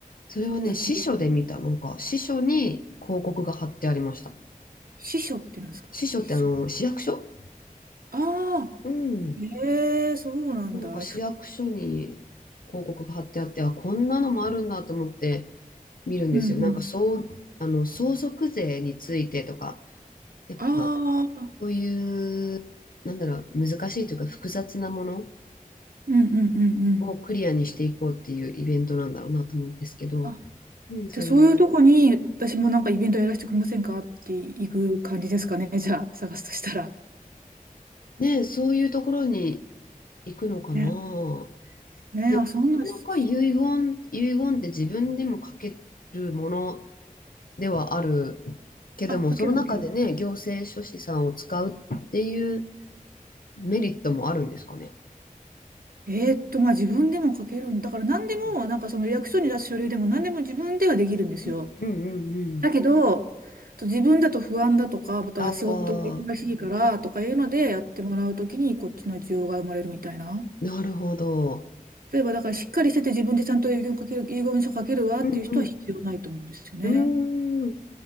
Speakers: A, on the left; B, on the right.
A: それはね、
B: やってるみたいな。
A: 司書で見た。なんか、司書に広告が貼ってありました。
B: 司書ってなんですか司書。
A: 司書ってあの、市役所
B: ああ、
A: うん。
B: ええそうなんだ。
A: なんか市役所に広告が貼ってあって、
B: うん
A: あ、こんなのもあるんだと思って見るんですよ。
B: うん。
A: なんか、そう、あの、相続税についてとか、やっぱ、
B: ああ、
A: そういう、なんだろう、難しいというか複雑なもの
B: うんうんうんうん。
A: をクリアにしていこうっていうイベントなんだろうなと思うんですけど、
B: あ、
A: うん、そういう
B: じゃあそういうとこに私もなんかイベントやらせてくれませんかって行く感じですかね。じゃあ探すとしたら。
A: ねえ、そういうところに行くのかな。
B: ね、ね、
A: でも、
B: あ、そんな、
A: なかなか遺言、
B: し
A: 遺言って自分でも書けるものではあるけども、
B: あ、かけるかける。
A: その中でね、行政書士さんを使うっていうメリットもあるんですかね。
B: えーっと、まあ自分でも書けるんだから何でも、
A: う
B: なんかその役所に出す書類でも何でも自分ではできるんですよ。
A: んうんうんうん
B: だけど、と自分だと不安だとか、または仕事が忙しいからとかいうのでやってもらうときにこっちの需要が生まれるみたいな。
A: ああ、なるほど。
B: 例えばだからしっかりしてて自分でちゃんと遺言書ける、遺言書書けるわっていう人は必要ないと思うんですよね。
A: うんうん。うーん、